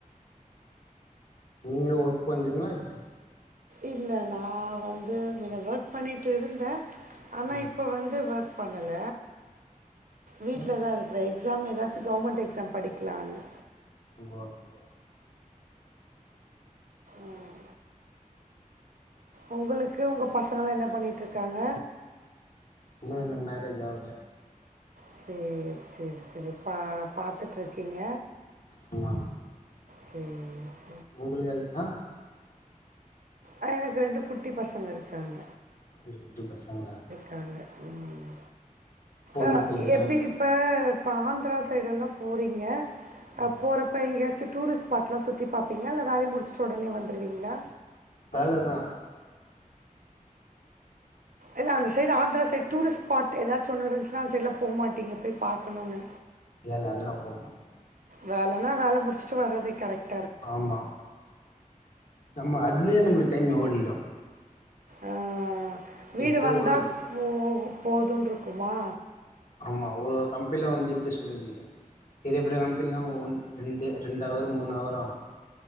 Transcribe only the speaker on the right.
இல்ல நா வந்து மின்ன வக் பண்ணிட்டு இருந்தே ஆனா
இப்ப வந்து வக் பண்ணல வீட்லதாரு
க்ற எக்ஸாம் எதாச்சு கவுமெண்ட் எக்ஸாம் படிக்லான்னு.
ம் ம். உங்குளுக்கு உங்க பசங்கள்லா என்ன பண்ணிட்ருக்காங்க?
சேரி சேரி சேரி பா பாத்துட்ருக்கீங்க.
சேஸ்.
ஆ எனக்கு ரெண்டு குட்டி பசங்க இருக்காங்க.
காங்க ம்
ஆ
எப்பி இப் ப இப்ப ஆந்த்ரா சைடெல்லாம் போறீங்க
அ போறப்ப எங்யாச்சு டூரிஸ் ஸ்பாட்லா சுத்தி பாப்பிங்ளா இல்ல வேலைய முடிச்ட்டு உடனே வந்துருவிங்ளா?
இல்ல அந்த side Andhra side tourist spot எதாச்சு ஒன்னு இருஞ்சுனா அந்த சைட்லா போமாட்டிங்க போய் பாக்கணுன்னு.
வேலனா வேல முடிச்ட்டு வரது கரெக்
ஆ வீடு
வந்தா
போகு போதுன்ருக்குமா?